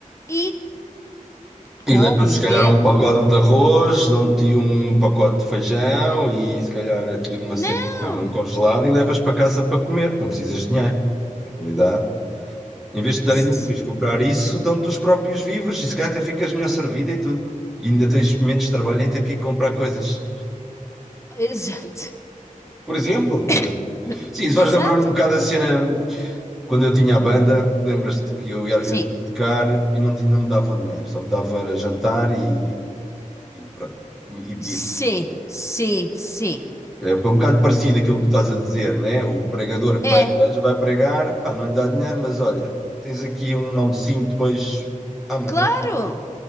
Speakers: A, on the left; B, in the centre.
A: e come,
B: E leva-se,
A: e
B: se
A: bebe.
B: calhar, um pacote de arroz, dão-te um pacote de feijão e, se calhar, aqui uma
A: Não!
B: cena de carne congelada e levas para casa para comer. Não precisas de dinheiro, na realidade. Em vez de darem
A: Se-
B: de comprar isso, dão-te os próprios víveres e se calhar até ficas melhor servida e tudo. E ainda tens menos trabalho em ter que ir comprar coisas.
A: Exato.
B: Por exemplo,
A: <coughs>
B: sim, isso
A: Exato.
B: vais lembrar um bocado a cena quando eu tinha a banda. Lembras-te que eu ia às
A: Sim.
B: vezes tocar e não, tinha, não me davam dinheiro, só me davam era jantar e, e pronto, e, comi, e bebido.
A: Sim, sim, sim.
B: É um bocado parecido aquilo que estás a dizer, né? O pregador que
A: É,
B: vai, à igreja, vai pregar, pá, não lhe dá dinheiro, mas olha, tens aqui um almocinho depois à manhã
A: claro.